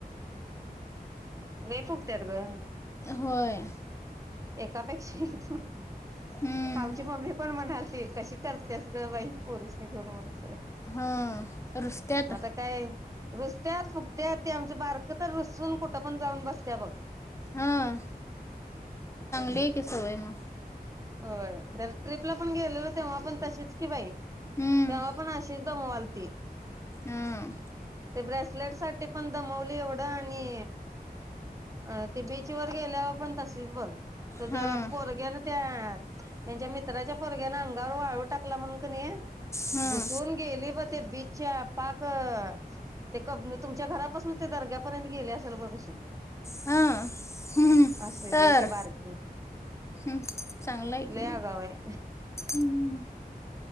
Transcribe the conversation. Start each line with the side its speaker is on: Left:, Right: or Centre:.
Right: लई फुगत्यात ग.
Left: होय.
Right: एकापेक्षा एक
Left: हम्म.
Right: आमची मम्मी पण म्हणालती कशी करत्यास ग बाई पोरीसनी घेऊन म्हणून असं,
Left: हां रुसत्यात
Right: मग आता काय रुसत्यात, फुगत्यात ते आमचं बारक तर रुसून कुठं पण जाऊन बसत्या बघ.
Left: हं. ली की सवय मग.
Right: होय जर ट्रिपला पण गेलेलो तेव्हा पण तशीच की बाई.
Left: हम्म.
Right: तेव्हा पण अशीच दमवालती.
Left: हां
Right: ते ब्रेसलेटसाठी पण दमवली एवढं आणि अ ते बीचवर गेल्यावर पण तसच बघ. तर
Left: हां
Right: जरा पोरग्यान त्या त्यांच्या मित्राच्या पोरग्यान अंगावर वाळू टाकला म्हणून क
Left: हां
Right: रुसून गेली बघ ते बीच च्या पाक ते कब तुमच्या घरापासून ते दर्ग्यापर्यंत गेली असेल बघ रुसून.
Left: हां हम्म.
Right: असली
Left: तर
Right: हाय ती बारकी.
Left: हम्म. चांगलं आहे की
Right: लई
Left: मग
Right: अगाव आहे
Left: हम्म.